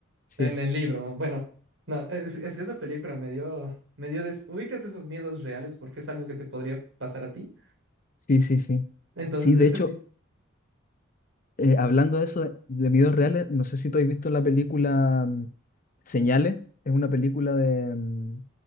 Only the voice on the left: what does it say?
Sí,
Sí, sí, sí.
Sí, de
hecho,
eh, hablando de eso, de, de videos reales, no sé si tú has visto la película mm, Señales, es una película de, mm,